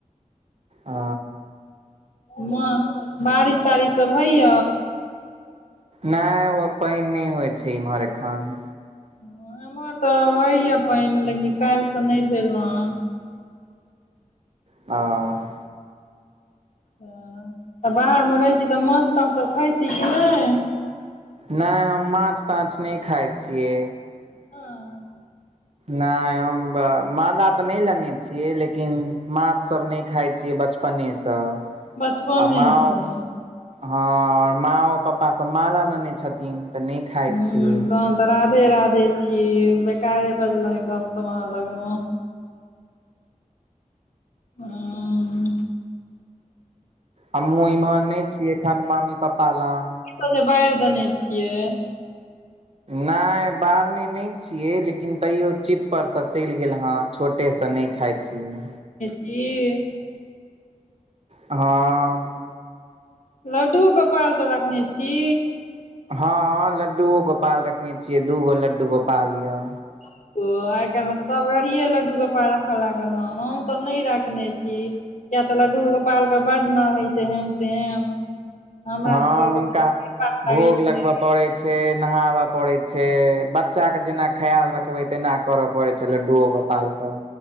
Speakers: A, on the right; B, on the left.
A: ओ
B: उम्हर बारिश तारिश सब होइय
A: नहि ओ पइन नहि होइ छै एम्हर एखन
B: ह एमहर तऽ होइए पाइन लेकिन काइल्हिसँ नहि भेल हन
A: आ
B: तऽ बाहरमे रहै छी तऽ माछ ताँछसब खाइ छी कि नहि
A: नहि हम माछ ताछ नहि खाइ छियै
B: ह <inaudible>
A: नहि हम माला तऽ नहि लेने छियै लेकिन माछसभ नहि खाय छियै बचप पने सँ
B: बचपनेसँ
A: आ माँ हँ माँओ पप्पासभ माला लेने छथिन तऽ नहि खाइ
B: हूँ
A: छियै
B: तहन तऽ राधे राधे छी बेकारे बजलहु गप सप अहाँ लग मे हूंम्म
A: हमूँ इमहर नहि छियै एखन मम्मी पप्पा लग
B: सब जे बाइड़ देने छियै
A: नहि बारने नहि छियै लेकिन तैयो चित परसँ चैल गेल हन छोटेसँ नहि खाइ छियै
B: ई
A: हँ
B: लड्डू गोपाल सब राखने छी
A: हँ लड्डूओ गोपाल रखने छियै दू गो लड्डू गोपाल ये
B: <inaudible> ओ आइ काइलमे तऽ सब गड़िए लड्डू गोपाल राखे लागल हन हम सब नहि राखने छी किया तऽ लड्डू गोपाल के बड्ड न होइ छै हेम टेम हमरा
A: हँ
B: सबके
A: हुनका
B: पाप लागै
A: भोग
B: छै
A: लगब पड़े छै नहाब पड़े छै बच्चा के जेना खयाल रखबै तेना करऽ पड़ै छै लड्डू ओ गोपाल कऽ